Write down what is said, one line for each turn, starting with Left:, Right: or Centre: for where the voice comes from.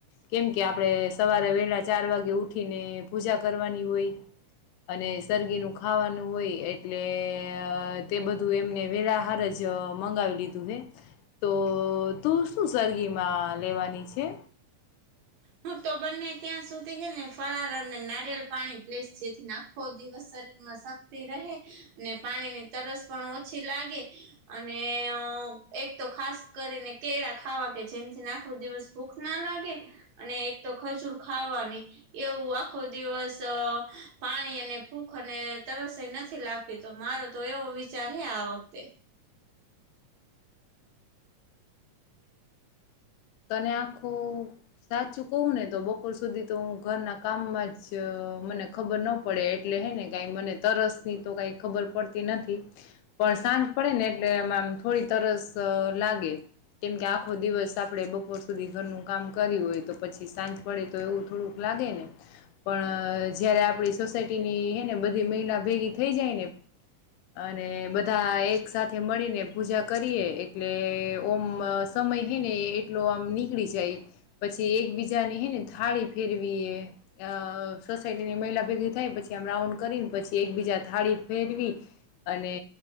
Left: કેમ કે આપડણે સવારે વેલા ચાર વાગે ઉઠીને પૂજા કરવાની હોય. અને- - સરરગીનું ખાવાનું હોય એટલે તે બધું એમને વેલાહાર જ મંગાવી- - તો તું શું સરગીમાં લેવાની છે?
Right: હું તો બંને ત્યાં સુધી છે ને ફરાર અને નારિયેલ પાણી પશ જેથી નાખો દિવસ- - શરીરમાં શક્તિ રહે અને પાણીની તરસ પણ ઓછી લાગે અને- - એક તો ખાસ કરીને કેળા ખાવા કે જેમથી આખો દિવસ ભૂખ ના લાગે- - અને એક તો ખજૂર ખાવાની એવું આખો દિવસ પાણી અને ફૂખ- - અને તરસઈ નથી લાગતી તો મારો તો એવો વિચાર હે આ વખતે- -
Left: તને આખું સાચું કવું ને તો બપોર સુધી તો હું ઘરના કામમાં જ- - મને ખબર ન પડે એટલે હે ને કઈ મને તરસની તો કઈ ખબર પડતી નથી. પણ સાંજ પડે ને એટલે એમાંમ થોડી તરસ લાગે કેમકે આખો દિવસ આપ- - આપે બપોર સુધી ઘરનું કામ કર્યું હોય તો પછી સાંજ પડે તો એવું થોડુંક લાગે ને પણ- - અ જયારે આપડી સોસાયટી ની હે ને બધી મહિલા ભેગી થઈ જાય ને- - અને બધા એક સાથે મળીને પૂજા કરીએ એટલે ઓમ- - મહિ ને એટ- - એટ આમ નીકળી જાય પછી એકબીજાને હે ને થાળી ફેરવી એ- - સોસાયટીની મહિલા ભેગી થાય પછી આમ રાઉન્ડ કરી પછી એકબીજા થાળી ફેરવી- - અને